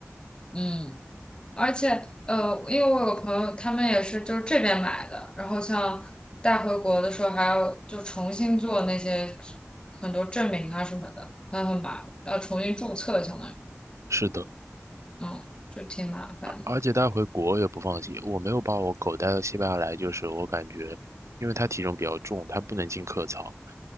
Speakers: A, on the left (about 20°); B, on the right (about 75°).
A: 嗯。而且，
B: 对，
A: 呃，因为我有个朋友，他们也是就是这边买的，然后像带回国的时候还要就重新做那些很多证明啊什么的，还很麻烦，要重新注册，相当于，
B: 是的。
A: 嗯，就挺麻烦的。
B: 而且带回国也不放心，我没有把我狗带到西班牙来，就是我感觉，因为它体重比较重，它不能进客舱，